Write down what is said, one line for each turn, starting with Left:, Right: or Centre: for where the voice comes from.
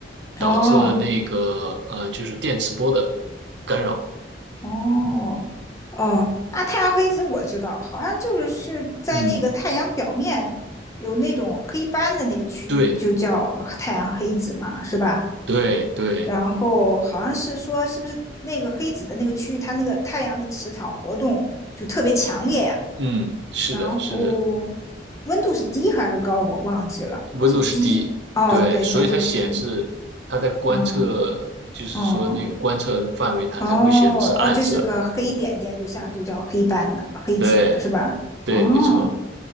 Right: 导致了那个呃就是电磁波的
Left: 哦
Right: 干扰。
Left: 哦哦，那太阳黑子我知道，好像就是是在那个太阳表面有那种黑斑的那个区域，
Right: 嗯，对
Left: 就叫太阳黑子嘛，是吧？
Right: 对对，
Left: 然后好像是说，是不是那个黑子的那个区域，它那个太阳的磁场活动就特别强烈呀、
Right: 嗯，是的，
Left: 然后
Right: 是的。
Left: 温度是低还是高？我忘记了，
Right: 温度是低，
Left: 是低。哦，
Right: 对，
Left: 对，
Right: 所以它显示它在观测，
Left: 那就是低。嗯，
Right: 就是说那个观测范围，
Left: 哦，
Right: 它才会显得是暗色。
Left: 哦，哦，就是个黑点点，就像就叫黑斑了，黑子了，
Right: 对，
Left: 是吧？
Right: 对，
Left: 哦，
Right: 没错。